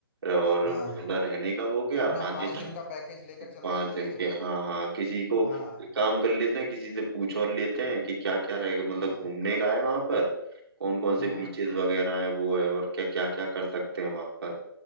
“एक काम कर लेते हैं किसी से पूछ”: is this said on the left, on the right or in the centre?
Right